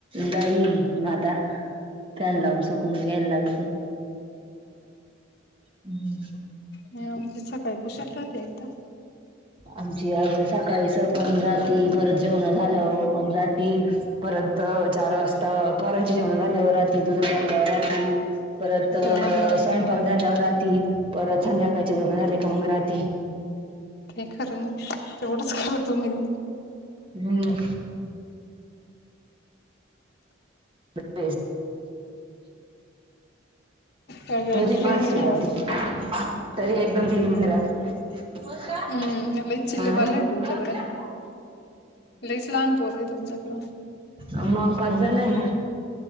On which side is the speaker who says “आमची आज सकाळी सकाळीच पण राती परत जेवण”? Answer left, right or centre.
Right